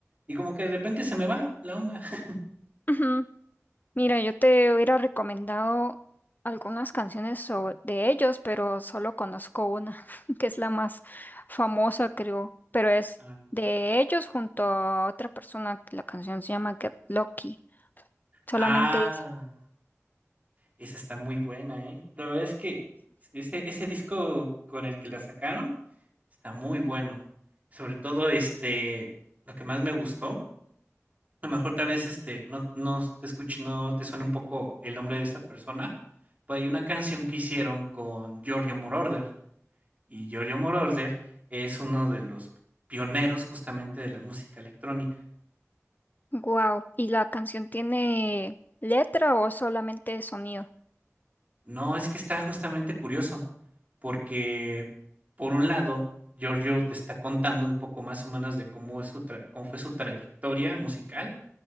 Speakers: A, on the right (about 30°); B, on the left (about 35°).
A: Y como que de repente se me va la onda. <laughs>
B: Ujú. Mira, yo te hubiera recomendado algunas canciones so- de ellos, pero solo conozco una, <laughs> que es la más famosa, creo, pero es
A: Ah,
B: de ellos junto a otra persona, que la canción se llama Get Lucky, solamente
A: ah,
B: es.
A: esa está muy buena, ¿eh? La verdad es que ese, ese disco con el que la sacaron está muy bueno. Sobre todo, este, lo que más me gustó, a lo mejor tal vez este, no, no te escuche, no te suena un poco el nombre de esa persona, pero hay una canción que hicieron con Giorgio Moroder Y Giorgio Moroder es uno de los pioneros justamente de la música electrónica.
B: Wow, ¿y la canción tiene letra o solamente sonido?
A: No, es que está justamente curioso, porque por un lado, Giorgio te está contando un poco más o menos de cómo, es su tra- cómo fue su trayectoria musical,